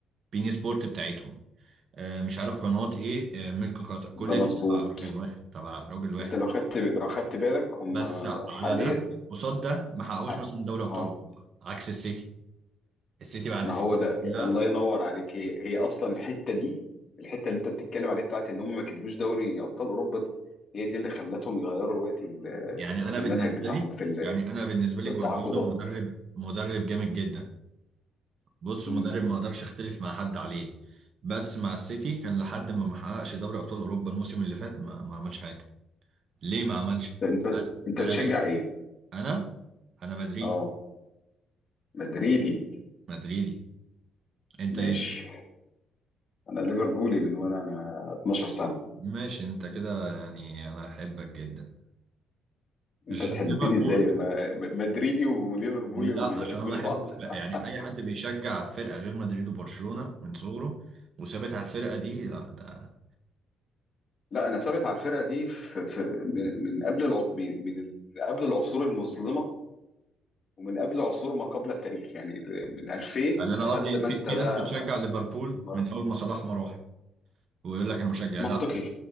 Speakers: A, on the right (about 40°); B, on the left (about 35°).
A: بين سبورت بتاعتهم آه، مش عارف قناة إيه آه، ملك قطر كل
B: ده مظبوط
A: ده تبع راجل واحد تبع راجل واحد
B: بس لو خدت لو خدت بالك هم
A: بس على
B: حاليا
A: ده قصاد ده ما حققوش
B: ح-
A: مثلا دوري أبطال
B: اه
A: أوروبا عكس السيتي السيتي بعد
B: ما
A: سنين
B: هو ده
A: لا
B: الله ينور عليك هي, هي اصلا الحته دي الحته اللي انت بتتكلم عليها بتاعت ان هم ما كسبوش دوري ابطال اوروبا دي هي دي اللي خلتهم يغيروا الوقت ال-
A: يعني أنا
B: المنهج
A: بالنسبة
B: بتاعهم
A: لي
B: في ال-
A: يعني أنا بالنسبة لي
B: في
A: جوارديولا
B: التعاقدات
A: مدرب مدرب جامد جدا بص
B: مم.
A: مدرب ما اقدرش اختلف مع حد عليه بس مع السيتي كان لحد ما ما حققش دوري ابطال اوروبا الموسم اللي فات ما, ما عملش حاجه ليه ما عملش
B: انت انت
A: انا
B: بتشجع
A: باجي
B: ايه؟
A: انا انا مدريدي
B: اه مدريدي
A: مدريدي انت
B: ماشي
A: ايه
B: انا ليفربولي من وانا 12 سنه
A: ماشي انت كده يعني انا احبك جدا
B: انت
A: عشان
B: تحبني
A: ليفربول
B: ازاي ما- مدريدي وليفربولي
A: لا
B: ما بيحبوش
A: عشان انا بحب
B: بعض <laughs>
A: يعني اي حد بيشجع فرقه غير مدريد وبرشلونه من صغره وثابت على الفرقه دي لا ده
B: لا انا ثابت على الفرقه دي في في من من قبل الع... من من ال- قبل العصور المظلمه ومن قبل عصور ما قبل التاريخ يعني ب- من 2000
A: يعني انا
B: لحد
A: قصدي
B: ما
A: في
B: انت
A: في
B: بقى
A: ناس بتشجع ليفربول
B: مر
A: من اول ما صلاح ما راح ويقول لك انا مشجع
B: منطقي